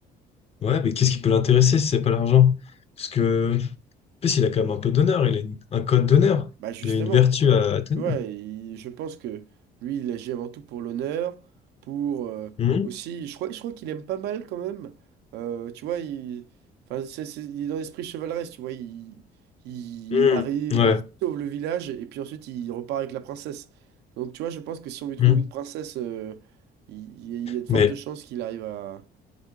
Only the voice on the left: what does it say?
ouais, mais qu'est-ce qui peut l'intéresser si c'est pas l'argent? Parce que, en plus, il a quand même un peu d'honneur, il a une- un code d'honneur,
il a une vertu à, à tenir.
Hmm.
Hmm.
Ouais.
Hmm.
Mais,